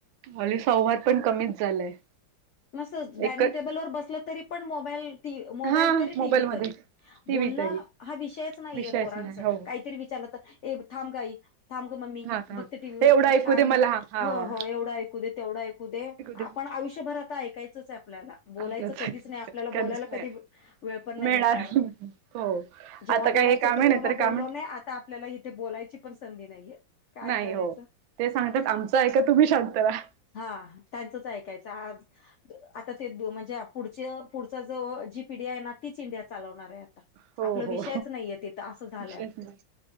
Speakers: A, on the right; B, on the left.
A: अली संवाद पण कमीच झालाय
B: मस् डायनिंग
A: एकच
B: टेबलवरर बसलं तरी पण मोबाईल मोबाईल
A: हा
B: तरी
A: मोबाईल
B: टीव्ही
A: मध्ये
B: तरी
A: टी
B: बोलणं
A: व्ही तरी
B: हा विषयच नाहीये
A: विषयच
B: पोरांचं
A: नाही हो
B: काहीतरी विचारलं तर ए थांब ग आई थांब ग मम्मी
A: हा हा
B: बघ ते टीव्हीवर
A: एवढं
B: किती
A: ऐकू
B: छान
A: दे मला हा हा
B: हो हो एवढं ऐकू दे, तेवढं ऐकू दै
A: ऐकू दे
B: आपण आयुष्यभर आता ऐकायचंच आहे आपल्याला बोलायचं
A: आलंच
B: कधीच नाही आपल्याला
A: कधीच
B: बोलायला
A: नाही
B: कधी वेळ पण नाही
A: मिळणार
B: भेटणार.
A: हो
B: जेव्हा
A: आता
B: बोलायचं
A: काय हे काम
B: होतं
A: आहे
B: तेव्हा
A: नाही तर
B: बोललो
A: काम आहे
B: नाही आता आपल्याला इथे बोलायची पण संधी नाहीये. काय
A: नाही
B: करायचं
A: हो ते सांगतात आमचं ऐका तुम्ही शांत रहा.
B: हा त्यांचंच ऐकायचं आज आता ते म्हणजे पुढ पुढचा जो जी पीडीया आहे ना तीच इंडिया चालवणार आहे आता
A: हो
B: आपला
A: हो
B: विषयच नाहीये तिथं असं झालंय
A: विषयच नाही